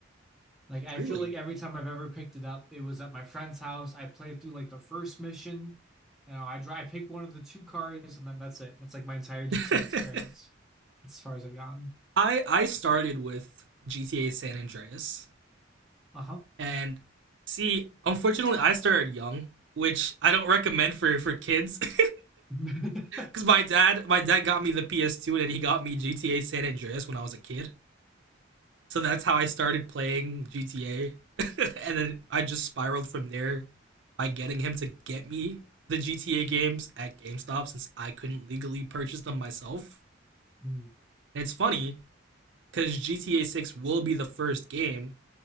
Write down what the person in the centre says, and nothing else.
Like I
feel like every time I've ever picked it up, it was at my friend's house. I played through like the first mission. You know, I drive, I pick one of the two cars, and then that's it. That's like my entire GTA
experience. as far as I've gotten.
Uh-huh.
<laughs>
Hmm.